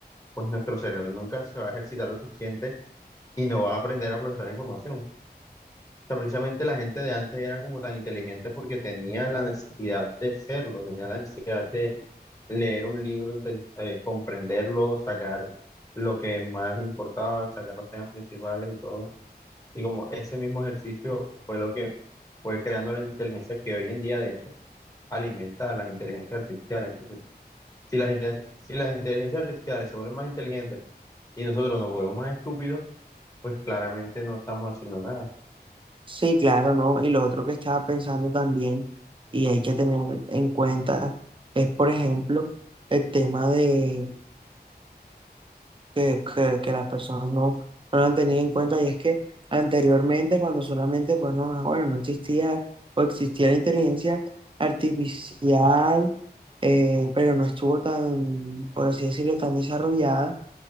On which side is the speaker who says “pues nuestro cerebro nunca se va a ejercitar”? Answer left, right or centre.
Left